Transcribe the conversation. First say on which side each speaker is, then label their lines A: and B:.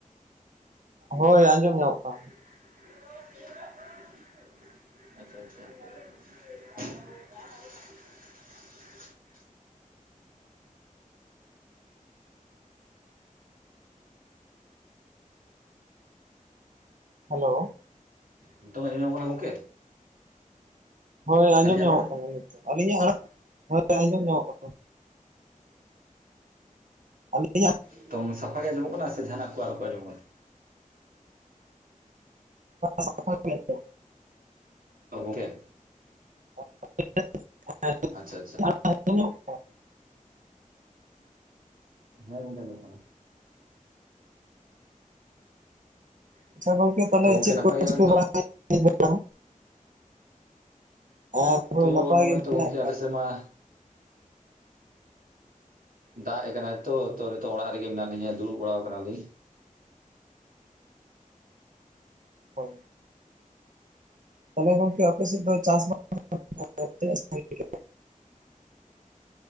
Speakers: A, on the right; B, on the right.
A: ᱦᱳᱭ ᱟᱸᱡᱚᱢ ᱧᱟᱢᱚᱜ ᱠᱟᱱᱟ᱾
B: <unintelligible>
A: ᱦᱮᱞᱳ
B: ᱱᱤᱛᱚ ᱢᱮᱧᱚᱢᱚᱜ ᱠᱟᱱᱟ ᱜᱚᱝᱠᱮ
A: ᱦᱳᱭ ᱟᱸᱡᱚᱢ
B: ᱟᱹᱞᱤᱧᱟᱜ
A: ᱧᱟᱢᱚᱜ
B: ᱨᱚᱲ
A: ᱠᱟᱱᱟ ᱱᱤᱛᱚᱜ ᱟᱹᱞᱤᱧᱟᱜ ᱟᱲᱟᱝ ᱦᱳᱭ ᱟᱸᱡᱚᱢ ᱧᱟᱢᱚᱜ ᱠᱟᱱᱟ᱾ ᱟ <unintelligible>
B: ᱱᱤᱛᱚᱝ ᱥᱟᱯᱷᱟ ᱜᱮ ᱟᱸᱡᱚᱢᱚᱜ ᱠᱟᱱᱟ ᱥᱮ ᱡᱟᱦᱟᱱᱟᱜ ᱠᱚ ᱟᱨᱚ ᱠᱚ ᱟᱸᱡᱚᱜ ᱠᱟᱱᱟ?
A: ᱥᱟᱯᱷᱟ ᱜᱮ ᱟᱡᱚᱢᱚᱜ ᱠᱟᱱᱟ᱾
B: ᱜᱚᱢᱠᱮ
A: <unintelligible>
B: ᱟᱪᱪᱷᱟ ᱟᱪᱪᱷᱟ
A: <unintelligible>
B: ᱦᱮᱸ ᱜᱚᱝᱠᱮ ᱟᱸᱚᱢᱚᱜ ᱠᱟᱱᱟ᱾
A: ᱟᱪᱪᱷᱟ ᱜᱚᱝᱠᱮ ᱛᱟᱦᱚᱞᱮ
B: ᱛᱚ ᱜᱚᱝᱠᱮ
A: ᱪᱮᱫ
B: ᱱᱟᱯᱟᱭ
A: ᱠᱚ
B: ᱜᱮᱭᱟᱵᱮᱱ
A: ᱪᱤᱠᱟᱹ
B: ᱛᱚ
A: ᱵᱟᱲᱟᱭᱟ ᱟᱨ <unintelligible> ᱦᱳᱭ
B: ᱛᱚ
A: ᱱᱟᱯᱟᱭ
B: ᱱᱚᱜᱼᱚᱭ
A: ᱜᱮ ᱢᱮᱱᱟᱜ
B: ᱛᱚ ᱜᱚᱝᱠᱮ
A: <inaudible>
B: ᱟᱞᱮ ᱥᱮᱫ ᱢᱟ ᱫᱟᱜ ᱮ ᱠᱟᱱᱟᱭ ᱛᱳ ᱛᱳ ᱱᱤᱛᱚᱜ ᱚᱲᱟᱜ ᱨᱮᱜᱮ ᱢᱮᱱᱟᱜ ᱞᱤᱧᱟ ᱫᱩᱲᱩᱵ ᱵᱟᱲᱟᱣ ᱠᱟᱱᱟᱞᱤᱧ᱾
A: ᱦᱳᱭ ᱟᱫᱚ ᱜᱚᱝᱠᱮ ᱟᱯᱮ ᱥᱮᱫ ᱫᱚ ᱪᱟᱥ <unintelligible> ᱛᱤᱱᱟᱹᱜ ᱥᱟᱸᱜᱤᱧ ᱠᱮᱜᱼᱟ